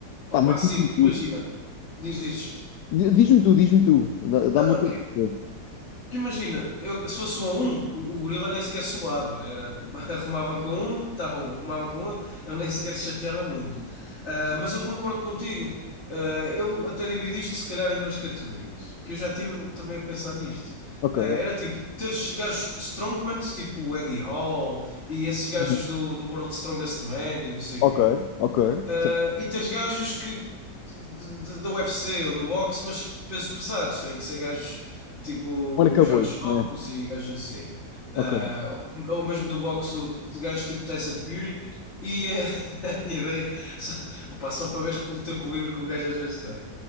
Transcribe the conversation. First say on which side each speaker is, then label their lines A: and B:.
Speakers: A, on the left; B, on the left.
A: Opa,
B: Pá, mas
A: sim,
B: diz-me
A: porque
B: tu.
A: imagina. Diz, diz.
B: Di- Diz-me tu, diz-me tu. Dá- Dá-me
A: Não,
B: o teu
A: ok.
B: parecer.
A: Que imagina, eu, se fosse um a um, o, o gorila nem sequer suava. Era, <laughs> arrumava com um, tá bom, arrumava com outro, eu nem sequer chateava muito. Ah, mas eu concordo contigo. Ah, eu até dividi isto, se calhar, em duas categorias, que eu já tive também a pensar nisto.
B: Ok,
A: Ah, era tipo, teres gajos strongmans, tipo o Eddie Hall, e esses gajos
B: ok,
A: do, do World Strongest Man, e não sei
B: ok.
A: o quê.
B: ok.
A: Ah,
B: Certo.
A: e teres gajos que de- de- da UFC ou do boxe, mas pesos pesados, têm que ser gajos tipo o
B: Marca
A: Jones
B: boi, né?
A: Jones e gajos assim. Ah,
B: Ok.
A: ou, ou mesmo do boxe, o- de gajos tipo Tyson Fury. E eh, <laughs> a minha ideia, só, opá, só para ver o tempo livre que um gajo às vezes tem,